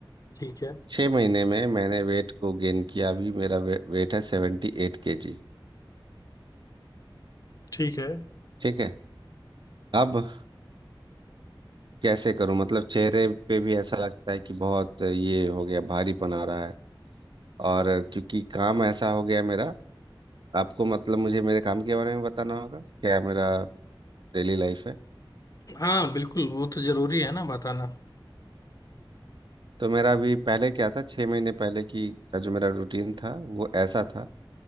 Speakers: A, on the left; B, on the right.
A: ठीक है
B: छः महीने में मैंने वेट को गेन किया अभी मेरा वे, वेट है सेवेंटी एट के जी
A: ठीक है
B: ठीक है अब कैसे करूं मतलब चेहरे पे भी ऐसा लगता है कि बहुत ये हो गया भारीपन आ रहा है और क्योंकि काम ऐसा हो गया मेरा आपको मतलब मुझे मेरे काम के बारे में बताना होगा क्या मेरा डेली लाइफ है
A: हाँ बिल्कुल वो तो जरूरी है ना बताना
B: तो मेरा अभी पहले क्या था छः महीने पहले की का जो मेरा रूटीन था वो ऐसा था